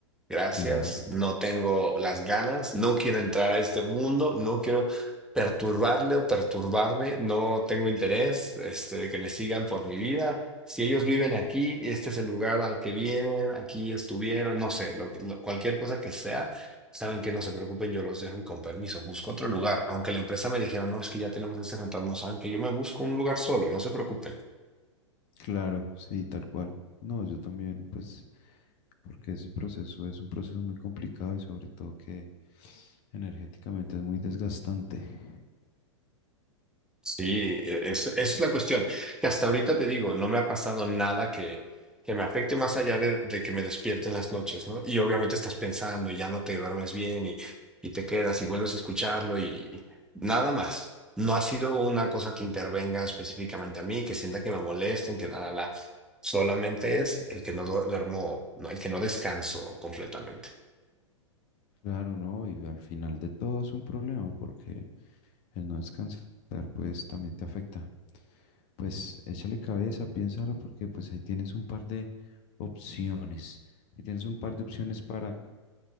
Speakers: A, in the centre; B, on the left (about 40°).
A: Gracias,
B: Claro,
A: no tengo las ganas, no quiero entrar a este mundo, no quiero perturbarle o perturbarme, no tengo interés, este, de que me sigan por mi vida. Si ellos viven aquí, este es el lugar al que vienen, aquí estuvieron, no sé, lo que- lo- cualquier cosa que sea, saben que no se preocupen, yo los dejo y con permiso busco otro lugar. Aunque la empresa me dijera, no, es que ya tenemos ese rental, no saben que yo me busco un lugar solo, no se preocupen.
B: claro, sí, tal cual. No, yo también, pues, porque ese proceso es un proceso muy complicado y sobre todo que energéticamente es muy desgastante.
A: Sí, e, es- esa
B: Eh,
A: es la cuestión. Que hasta ahorita te digo, no me ha pasado nada que, que me afecte más allá de, de que me despierte en las noches, ¿no? Y obviamente estás pensando y ya no te duermes bien y, y te quedas y vuelves a escucharlo y, y nada más. No ha sido una cosa que intervenga específicamente a mí, que sienta que me molesten, que nada, la, solamente es el que no du- duermo, no, el que no descanso completamente.
B: Claro, ¿no? Y al final de todo es un problema porque el no descansar, pues, también te afecta. Pues échale cabeza, piénsalo, porque pues ahí tienes un par de opciones. Ahí tienes un par de opciones para,